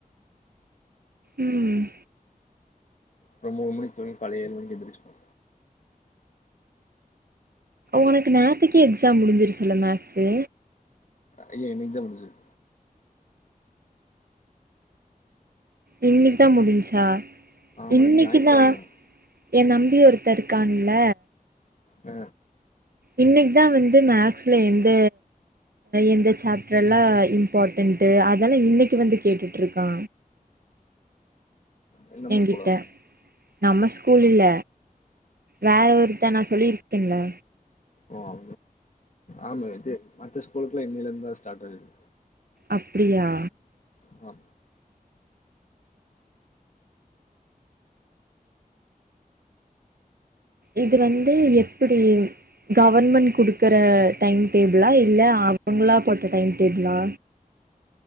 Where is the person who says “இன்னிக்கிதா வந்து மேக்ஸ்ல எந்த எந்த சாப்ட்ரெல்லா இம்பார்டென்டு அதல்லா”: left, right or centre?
Right